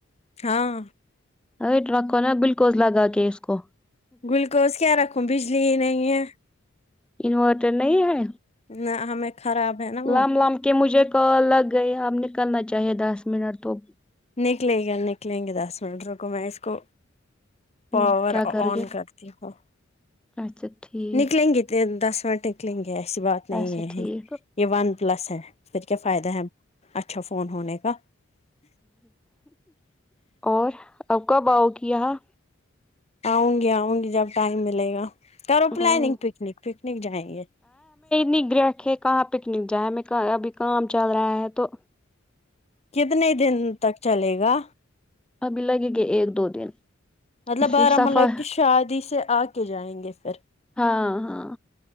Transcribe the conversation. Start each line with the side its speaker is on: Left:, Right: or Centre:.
Left: ہاں
Centre: ارے رکھو نا گلوکوز لگا کے اس کو
Left: گلوکوز کیا رکھوں بجلی ہی نہیں ہے
Centre: انورٹر نہیں ہے
Left: نہ ہمیں خراب ہے نا وہ
Centre: لم لم کہ مجھے کال لگ گئی اب نکلنا چاہیے دس منٹ تو
Left: نکلے گی نکلیں گے دس منٹ رکو میں اس کو پاور
Centre: ہوں، کیا کرو
Left: آن
Centre: گے
Left: کر تی ہو
Centre: اچھا ٹھیک
Left: نکلیں گے تے دس منٹ نکلیں گے ایسی بات نہیں
Centre: اچھا ٹھیک
Left: ہے یے ون پلس ہے پھر کیا فائدہ ہے اچھا فون ہونے کا
Centre: اور اب کب آو گی یہاں
Left: آؤں گی آ اؤں گی جب ٹائم ملے گا کرو پلاننگ
Centre: ہوں
Left: پکنک پکنک جائیں گے
Centre: پگ رکھے کہاں پکنک جائے ہمیں کا ابھی کام چل رہا ہے تو
Left: کتنے دن تک چلے گا
Centre: ابھی لگے گے ایک دو دن
Left: مطلب
Centre: پھر
Left: بارا
Centre: صفا
Left: ملہ کی شادی سے آکے جائیں گے پھر
Centre: ہاں ہاں